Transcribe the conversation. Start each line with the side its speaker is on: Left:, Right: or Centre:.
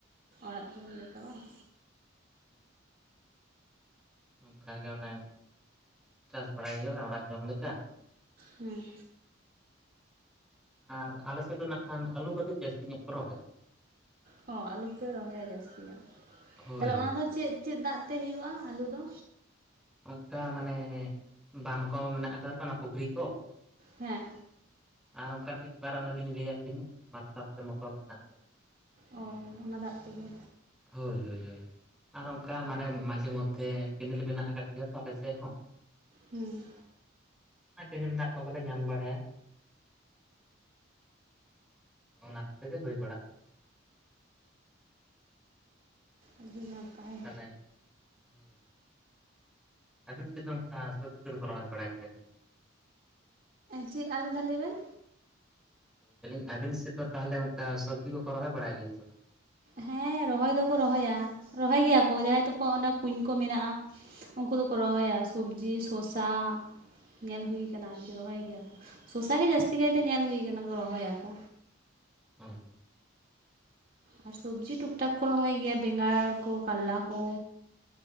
Right: ᱟᱲᱟᱜ ᱡᱚᱢ ᱞᱮᱠᱟ‌ ᱵᱟᱝ
Centre: ᱚᱱᱠᱟ ᱜᱮ ᱚᱱᱮ ᱪᱟᱥ ᱵᱟᱲᱟᱭ ᱜᱮᱭᱟᱞᱮ ᱚᱲᱟᱜ ᱡᱚᱢ ᱞᱮᱠᱟ᱾
Right: ᱦᱩᱸ᱾
Centre: ᱟᱨ ᱟᱞᱮᱥᱮᱫ ᱫᱚ ᱱᱟᱜ ᱠᱷᱟᱱ ᱟᱹᱞᱩ ᱠᱟᱹᱴᱤᱡ ᱡᱟᱹᱥᱛᱤ ᱧᱚᱜ ᱠᱚ ᱨᱚᱦᱚᱭᱟ᱾
Right: ᱦᱚᱸ ᱟᱞᱩᱯᱮ ᱨᱚᱦᱚᱭᱟ ᱡᱟᱹᱥᱛᱤ ᱧᱚᱜ᱾
Centre: ᱦᱳᱭ
Right: ᱛᱟᱦᱞᱮ
Centre: ᱦᱳᱭ
Right: ᱚᱱᱟ ᱫᱚ
Centre: ᱦᱳᱭ
Right: ᱪᱮᱫ? ᱪᱮᱫ ᱫᱟᱜ ᱛᱮ ᱦᱩᱭᱩᱜᱼᱟ ᱟᱹᱞᱩ ᱫᱚ?
Centre: ᱚᱝᱠᱟ ᱢᱟᱱᱮ ᱵᱟᱱ ᱠᱚ ᱢᱮᱱᱟᱜ ᱟᱠᱟᱫᱟ ᱛᱚ ᱚᱱᱟ ᱯᱩᱠᱷᱨᱤ ᱠᱚ,
Right: ᱦᱮᱸ᱾
Centre: ᱟᱨ ᱚᱝᱠᱟ ᱢᱤᱫ ᱵᱟᱨ ᱚᱱᱮ ᱞᱤᱧ ᱞᱟᱹᱭᱟᱫ ᱵᱤᱱ ᱢᱟᱨᱥᱟᱞ ᱥᱮ ᱢᱚᱴᱚᱨ ᱢᱮᱱᱟᱜᱼᱟ᱾
Right: ᱚ ᱚᱱᱟ ᱫᱟᱜ ᱛᱮᱜᱮ
Centre: ᱦᱳᱭ ᱦᱳᱭ ᱦᱳᱭ ᱟᱨ ᱚᱝᱠᱟ ᱢᱟᱱᱮ ᱢᱟᱡᱷᱮ ᱢᱚᱫᱽᱫᱷᱮ ᱠᱮᱱᱮᱞ ᱢᱮᱱᱟᱜ ᱟᱠᱟᱫ ᱜᱮᱭᱟ ᱛᱚ ᱟᱞᱮ ᱥᱮᱫ ᱦᱚᱸ᱾
Right: ᱦᱮᱸ᱾
Centre: <unintelligible> ᱠᱮᱱᱮᱞ ᱫᱟᱜ ᱠᱚ ᱜᱮᱞᱮ ᱧᱟᱢ ᱵᱟᱲᱟᱭᱟ᱾ ᱚᱱᱟ ᱠᱚᱛᱮ ᱜᱮ ᱦᱳᱭ ᱵᱟᱲᱟᱜᱼᱟ᱾
Right: ᱟᱹᱰᱤ ᱱᱟᱯᱟᱭ᱾
Centre: ᱛᱟᱦᱚᱞᱮ ᱦᱳᱭ ᱟᱹᱵᱤᱱ ᱥᱮᱫ ᱫᱚ ᱚᱝᱠᱟ ᱥᱚᱵᱽᱡᱤ ᱠᱚᱫᱚ ᱠᱚ ᱨᱚᱦᱚᱭ ᱵᱟᱲᱟᱭ ᱜᱮᱭᱟ?
Right: ᱪᱮᱫ ᱟᱨ ᱢᱤᱜᱫᱷᱟᱣ ᱞᱟᱹᱭ ᱵᱮᱱ᱾
Centre: <unintelligible> ᱟᱵᱤᱱ ᱥᱮᱫ ᱫᱚ ᱛᱟᱦᱞᱮ ᱚᱝᱠᱟ ᱥᱚᱵᱽᱡᱤ ᱠᱚᱠᱚ ᱨᱚᱦᱚᱭ ᱵᱟᱲᱟᱭ ᱜᱮᱭᱟ ᱥᱮ ᱵᱟᱝ?
Right: ᱦᱮᱸ ᱨᱚᱦᱚᱭ ᱫᱚᱠᱚ ᱨᱚᱦᱚᱭ-ᱟ᱾ ᱨᱚᱦᱚᱭ ᱜᱮᱭᱟ ᱠᱚ ᱡᱟᱦᱟᱸᱭ ᱛᱟᱠᱚᱣᱟᱜ ᱚᱱᱮ ᱠᱩᱸᱧ ᱠᱚ ᱢᱮᱱᱟᱜᱼᱟ᱾ ᱩᱱᱠᱩ ᱫᱚᱠᱚ ᱨᱚᱦᱚᱭ-ᱟ᱾ ᱥᱚᱵᱽᱡᱤ, ᱥᱚᱥᱟ ᱧᱮᱞ ᱦᱩᱭ ᱠᱟᱱᱟ ᱟᱨ ᱠᱤ ᱨᱚᱦᱚᱭ ᱜᱮᱭᱟ ᱠᱚ᱾ ᱥᱚᱥᱟ ᱜᱮ ᱡᱟᱹᱥᱛᱤ ᱠᱟᱭ ᱛᱮ ᱧᱮᱞ ᱦᱩᱭ ᱠᱟᱱᱟ ᱠᱚ ᱨᱚᱦᱚᱭ-ᱟ ᱠᱚ᱾
Centre: <unintelligible>
Right: ᱟᱨ ᱥᱚᱵᱽᱡᱤ ᱴᱩᱠ ᱴᱟᱠ ᱠᱚ ᱨᱚᱦᱚᱭ ᱜᱮᱭᱟ ᱵᱮᱸᱜᱟᱲ ᱠᱚ ᱠᱟᱞᱞᱟ ᱠᱚ᱾